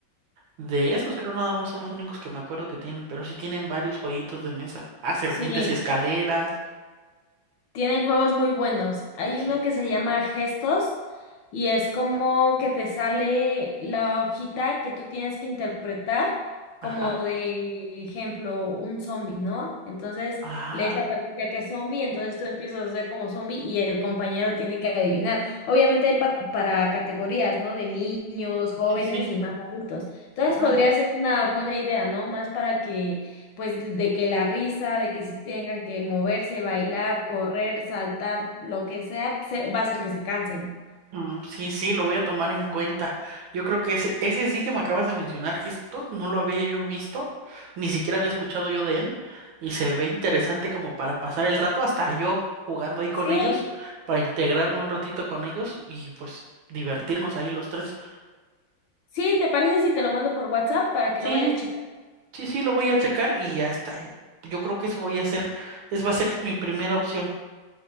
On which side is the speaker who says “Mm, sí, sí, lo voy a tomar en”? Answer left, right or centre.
Right